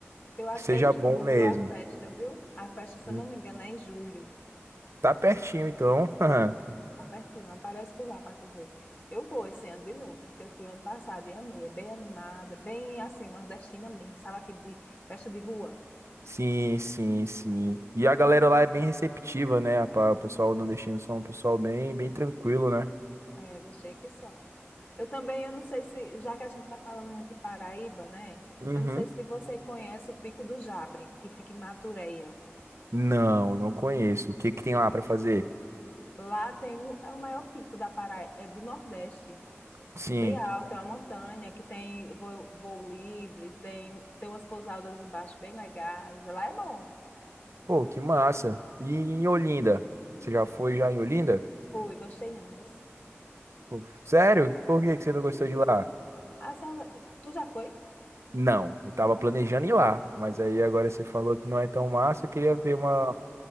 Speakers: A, on the left (about 45°); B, on the right (about 75°).
A: Eu acho
B: seja
A: que é em julho
B: bom mesmo.
A: a festa, viu? A festa, se
B: Sim.
A: eu não me engano, é em julho.
B: Tá pertinho, então. <laughs>
A: Tá pertinho, aparece por lá para tu ver. Eu vou esse ano de novo, porque eu fui o ano passado e amei. É bem animada, bem assim, nordestina mesmo, sabe? Aquele de festa de rua.
B: Sim, sim, sim. E a galera lá é bem receptiva, né? pa- O pessoal nordestino são um pessoal bem, bem tranquilo, né?
A: É, gostei que só. Eu também, eu não sei se, já que a gente tá falando muito de Paraíba, né?
B: Uhum.
A: Eu não sei se você conhece o Pico do Jabre, que fica em Matureia.
B: Não, não conheço. O que que tem lá pra fazer?
A: Lá tem o, é o maior pico da Paraíba, é do Nordeste.
B: Sim.
A: É bem alto, é uma montanha que tem voo, voo livre, tem, tem umas pousadas embaixo bem legais. Lá é bom.
B: Pô, que massa. E em Olinda? Você já foi já em Olinda?
A: Fui, gostei não, viu?
B: Pô, sério? Por que que você não gostou de lá?
A: Ah, já- tu já foi?
B: Não, eu tava planejando ir lá, mas aí agora você falou que não é tão massa, eu queria ver uma,